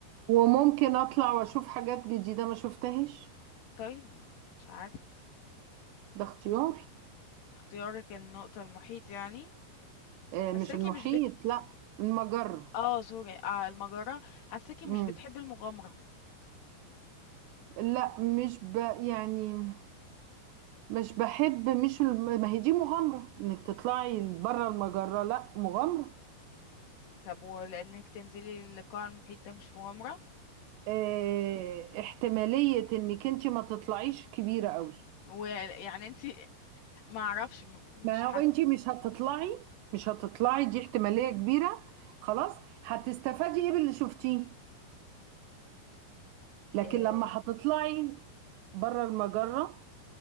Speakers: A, on the right; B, on the left.
A: وممكن اطلع واشوف حاجات جديدة ما شفتهاش
B: طيب ما- مش عارف
A: ده اختياري
B: اختيارك النقطة المحيط يعني
A: آه مش
B: حساكي
A: المحيط
B: مش بت
A: لا المجرة
B: اه سوري آه المجرة حساكي مش
A: مم.
B: بتحبي المغامرة
A: لا مش ب يعني مش بحب مش الم- ما هي دي مغامرة انك تطلعي بره المجرة لا مغامرة
B: طب ولانك تنزلي للقاع المحيط ده مش مغامرة
A: آه، احتمالية انك انت ما تطلعيش كبيرة قوي
B: ويعني انتي <laughs> ما اعرفش م- مش
A: ما
B: حاسة
A: هو انت مش هتطلعي مش هتطلعي دي احتمالية كبيرة خلاص هتستفادي ايه باللي شفتيه لكن
B: آه،
A: لما هتطلعي بره المجرة